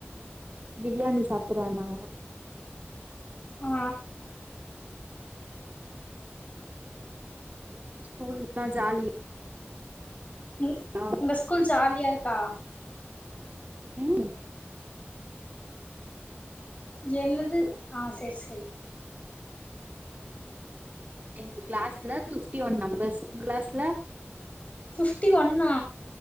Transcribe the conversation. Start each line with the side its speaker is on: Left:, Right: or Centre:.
Right: பிரியாணி சாப்புட்றானா
Left: ஆ
Right: ஸ்கூல் இல்லனா ஜாலி
Left: ம்
Right: ஆ
Left: உங்க ஸ்கூல் ஜாலியா இருக்கா
Right: ம்
Left: என்னது ஆ சேர் சேரி
Right: எங்க கிளாஸ்ல சுஸ்டி ஒன் நம்பர்ஸு உங்க கிளாஸ்ல
Left: ஃபிஃப்டி ஒன்னா